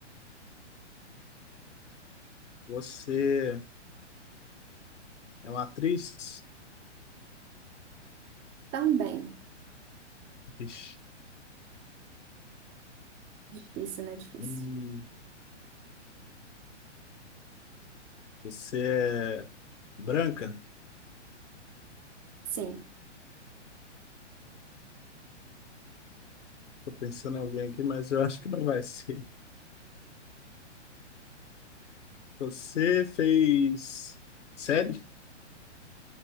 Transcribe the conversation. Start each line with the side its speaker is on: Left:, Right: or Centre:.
Left: Você é uma atriz?
Right: Também.
Left: Ixi.
Right: Difícil, né? Difícil.
Left: Hum. Você é branca?
Right: Sim.
Left: Tô pensando em alguém aqui, mas eu acho que não vai ser. Você fez série?